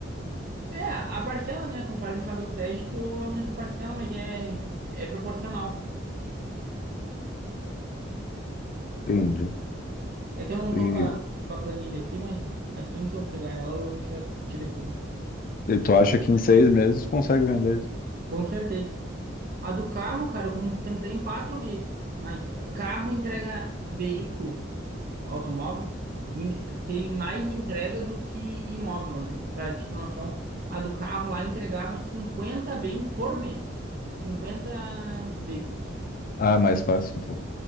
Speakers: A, on the right (about 50°); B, on the left (about 45°).
A: É, a parcela, né? Conforme cabe o crédito, aumenta a parcela, mas é, é proporcional.
B: Entendi.
A: É que eu não
B: E,
A: tô com a, com a planilha aqui, mas assim que eu pegar ela, eu já tiro essa dúvida.
B: e tu acha que em seis meses tu consegue vender isso?
A: Com certeza. A do carro, cara, eu contemplei em quatro meses. Mas carro entrega veículo, automóvel, em- tem mais entrega do que imóvel, né? Pra te ter noção, a do carro lá entregava 50 bem por mês. cinquenta veículos.
B: Ah, é mais fácil então.